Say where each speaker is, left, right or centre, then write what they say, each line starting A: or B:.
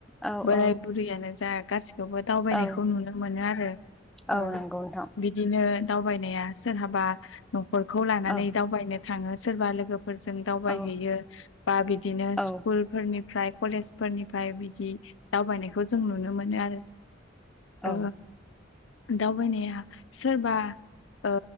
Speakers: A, in the centre; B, on the left.
A: औ
B: बोराय
A: औ
B: बुरैयानो जा गासिखौबो दावबायनायखौ
A: औ
B: नुनो मोनो आरो।
A: औ
B: ओ
A: नंगौ नोंथां।
B: बिदिनो दावबायनाया सोरहाबा न'खरखौ लानानै
A: औ
B: दावबायनो थाङो सोरबा लोगोफ फोरजों दावबायहैयो
A: औ
B: बा बिदिनो
A: औ
B: स्कुलफोरनिफ फ्राय कलेज फोरनिफाय बिदि दावबायनायखौ जों नुनो मोनो आरो। ओ
A: औ
B: दावबायनाया सोरबा ओ